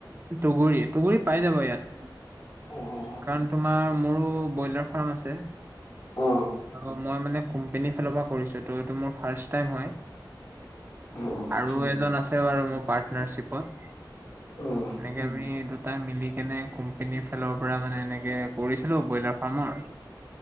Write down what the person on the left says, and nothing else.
অ অ
অ অ
অ
অ'।